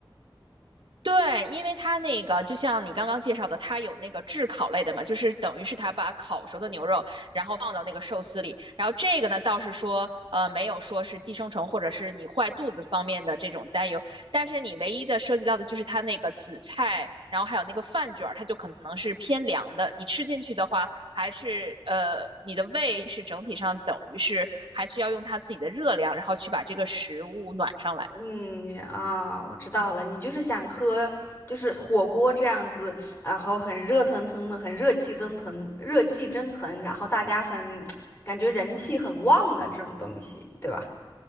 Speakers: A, on the right; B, on the left.
A: 对，因为它那个就像你刚刚介绍的，它有那个炙烤类的嘛，就是等于是它把烤熟的牛肉，然后放到那个寿司里。然后这个呢，倒是说，呃，没有说是寄生虫或者是你坏肚子方面的这种担忧。但是你唯一的涉及到的就是它那个紫菜，然后还有那个饭卷儿，它就可能是偏凉的。你吃进去的话，还是呃，你的胃是整体上等于是还需要用它自己的热量，然后去把这个食物暖上来。
B: 嗯啊，我知道了，你就是想喝就是火锅这样子，然后很热腾腾的，很热气腾腾，热气蒸腾，然后大家很感觉人气很旺的这种东西，对吧？